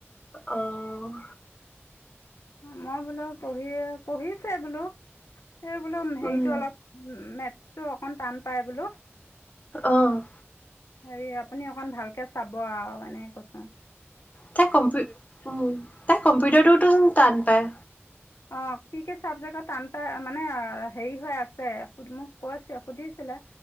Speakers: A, on the left; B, on the left.
A: অহ',
B: মই বোলো পঢ়ি -পঢ়িছে বোলো। সেই বোলো হেৰিতটো
A: উম,
B: অলপ উম', মেথ তো অকন টান পাই বোলো।
A: অহ',
B: হেৰি আপুনি অকন ভালকে চাব আৰু এনে কৈছে।
A: তাই কম্পি উম', তাই কম্পিউটাৰটোতো টান পায়।
B: অহ', কি-কি চাবজেক্টত টান মানে হেৰি হৈ আছে মোক কৈছে সুধিছিলে।